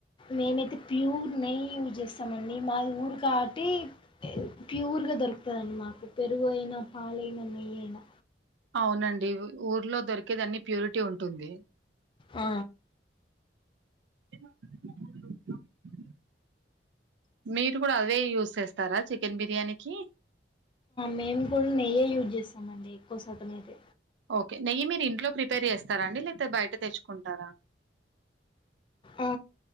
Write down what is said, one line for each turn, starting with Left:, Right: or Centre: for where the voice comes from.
Left: మేముతే ప్యూర్ నెయ్యి యూస్ చేస్తా మడి మాది ఊరి కా ఆటిే ప్యూర్గా దొరుకుతుందండి మాకు పప్పు పెరుగు అయినా పాలైనా నెయ్యి అయినా
Right: అవునండి ఊర్లో దొరికేది అన్ని ప్యూరిటీ ఉంటుంది.
Left: ఆ
Right: <unintelligible> మీరు కూడా అవే యూస్్ చేస్తారా చికెన్ బిర్యానీకి
Left: మేము కూడా నెయ్యే యూజ్ చేస్తామండి ఎక్కువ శాతం అయితే
Right: ఓకే నెయ్యి మీరు ఇంట్లో ప్రిపేర్ చేస్తారాండి లే బయట తెచ్చుకుంటారా
Left: ఆ,